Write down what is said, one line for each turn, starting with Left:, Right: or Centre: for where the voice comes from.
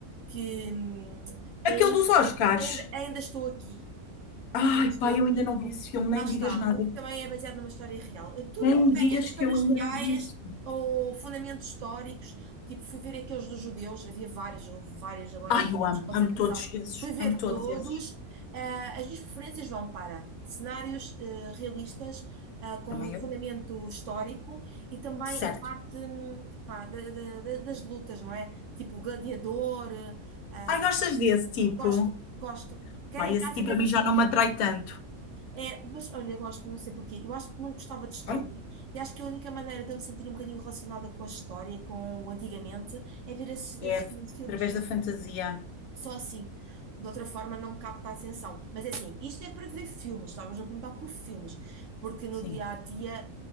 Right: que, hum, que
Left: Aquele dos Oscars.
Right: ainda, ainda estou aqui,
Left: Ai,
Right: ainda estou
Left: pai, eu
Right: aqui.
Left: ainda não vi esse filme, nem
Right: Lá está,
Left: me digas nada.
Right: porque também é baseado numa história real. Eh, Tudo
Left: Nem
Right: o que
Left: me
Right: tenha
Left: digas
Right: histórias
Left: que eu ainda
Right: reais
Left: não vi esse filme.
Right: ou fundamentos históricos, tipo, fui ver aqueles dos judeus, havia vários, houve vários agora
Left: Ai,
Right: dos
Left: eu
Right: campos
Left: amo,
Right: de concentração,
Left: amo todos esses,
Right: fui ver
Left: amo todos
Right: todos.
Left: esses.
Right: Ah, as minhas preferências vão para cenários eh, realistas, ah, com
Left: Também
Right: fundamento
Left: eu,
Right: histórico e também
Left: certo.
Right: a parte, hum, pá, da- da- da- das lutas, não é? Tipo, Gladiador, ah,
Left: Ai, gostas desse tipo?
Right: gosto, gosto, quer
Left: Ai,
Right: em casa,
Left: esse tipo
Right: quer
Left: a
Right: no
Left: mim
Right: cinema.
Left: já não me atrai tanto.
Right: É, mas olha, eu gosto, não sei porquê. Eu acho que não gostava de história
Left: Ai,
Right: e acho que a única maneira de eu me sentir um bocadinho relacionada com a história, com o antigamente, é ver esses, esses
Left: é
Right: grandes filmes.
Left: através da fantasia.
Right: Só assim. De outra forma, não me capta a atenção. Mas é assim, isto é para ver filmes, estavas a perguntar por filmes, porque no
Left: Sim.
Right: dia a dia,